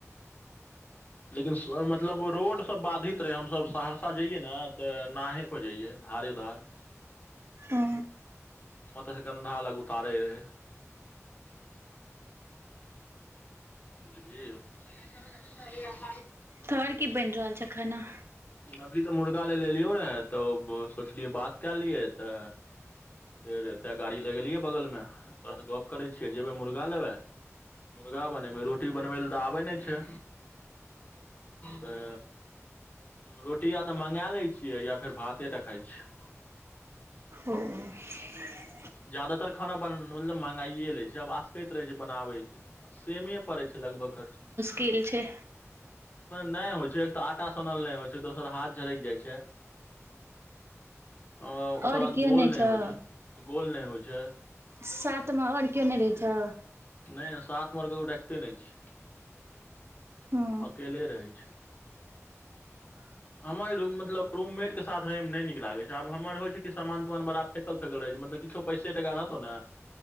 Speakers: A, on the left; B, on the right.
A: लेकिन मतलब रोड सब बाधित रहै हमस सहरसा जइयै ने तऽ नावे पर जइयए धारे धार
B: ओ
A: मत्स्यगंधा लग उतारे रहै बुझलिहिं
B: तोहर की बनि रहल छ खाना
A: अभी तऽ मुर्गा ले लेलियो रह तऽ सोचलियै बात क लियै तऽ फेर एते गाड़ी लगेलियै बगल में तोर से गप करे छी के जेबै मुर्गा लेबै मुर्गा बनेबै रोटी बनबै लए तऽ आबे नहि छै तऽ रोटी आ तऽ मँंगगा लै छियै या फेर भाते टा खाइत छियै
B: ओ <inaudible>
A: जदातर खाना बन मतलब महंगाइए लै छै आब आसकैत रहै छै बनाबैके सेमेए पड़ै छै लगभग खर्च
B: तिल छै
A: नहि होइ छै एक तऽ आटा सनल नहि होइ छै दोसर हाथ झरकि जाइ छै अ ओकर
B: आओर
A: बाद
B: केओ
A: गोल
B: नहि छ
A: होइ छै गोल नहि होइ छै
B: साथमे आओर केओ नहि रहै छ
A: नहि साथमे आओर ककरो रखते नहि छिय
B: हँ
A: अकेले रहै छिय
B: <inaudible>
A: हमर मतलब रूममेट के साथ रहय मे नहि नीक लागे छै आब हमर होइ छै कि सामान तमान बड़ा फेकल फेकल रहै मतब किछो पैसे टाका रहतौ ने